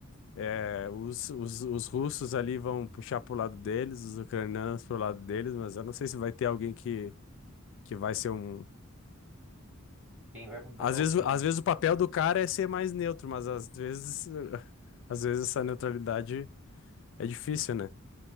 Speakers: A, on the left (about 65°); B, in the centre.
A: É, os, os, os russos ali vão puxar pro lado deles, os ucranianos pro lado deles, mas eu não sei se vai ter alguém que, que vai ser um.
B: Quem vai botar
A: Às
B: o
A: vezes,
B: fim?
A: às vezes o papel do cara é ser mais neutro, mas às vezes, <laughs> às vezes essa neutralidade é difícil, né?